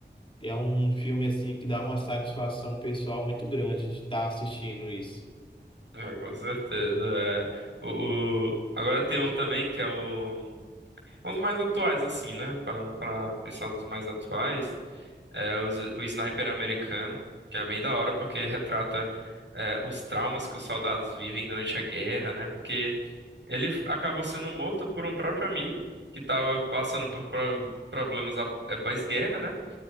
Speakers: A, on the left; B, on the right.
A: É um filme, assim, que dá uma satisfação pessoal muito grande de estar assistindo isso.
B: é, com certeza. é. O, o- Agora tem um também que é o. Os mais atuais, assim, né? Para, para pensar nos mais atuais, é os- o, Sniper americano, que é bem da hora porque retrata é, os traumas que os soldados vivem durante a guerra, né? Porque ele f- acabou sendo morto por um próprio amigo que estava passando por pro- problemas após guerra né?